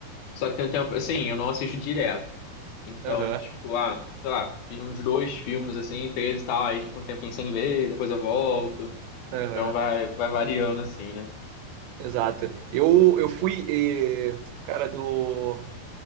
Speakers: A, on the left (about 70°); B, on the right (about 80°).
A: Só que tem um tempo, assim, eu não assisto direto. Então,
B: Aham,
A: tipo, ah, sei lá, vi uns dois filmes assim, três e tal, aí fico um tempinho sem ver, depois eu volto.
B: aham,
A: Então vai, vai variando assim, né?
B: exato. Eu, eu fui, eh, cara, do